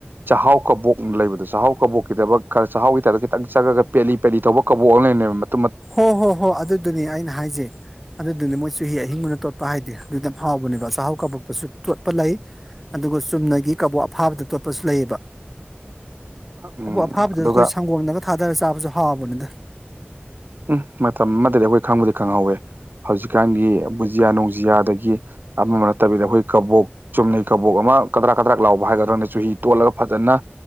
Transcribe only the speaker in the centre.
ꯍꯣ ꯍꯣ ꯍꯣꯏ ꯑꯗꯨꯗꯨꯅꯤ ꯑꯩꯅ ꯍꯥꯏꯖꯩ ꯑꯗꯨꯗꯨꯅꯦ ꯃꯣꯏ ꯆꯨꯍꯤ ꯑꯍꯤꯡꯕꯅ ꯇꯣꯠꯄ ꯍꯥꯏꯗꯤ ꯑꯗꯨꯅ ꯍꯥꯎꯕꯅꯦꯕ ꯆꯥꯛꯍꯥꯎ ꯀꯕꯛꯇꯁꯨ ꯇꯣꯠꯄ ꯂꯩ ꯑꯗꯨꯒ ꯆꯨꯝꯅꯒꯤ ꯀꯕꯣꯛ ꯑꯐꯥꯕꯗ ꯇꯣꯠꯄꯁꯨ ꯂꯩꯌꯦꯕ
ꯀꯥꯕꯣꯛ ꯑꯐꯥꯕꯗ
ꯑꯩꯈꯣꯏ ꯁꯪꯒꯣꯝꯗꯒ ꯊꯥꯗꯔꯒ ꯆꯥꯕꯁꯨ ꯍꯥꯎꯕꯅꯤꯗ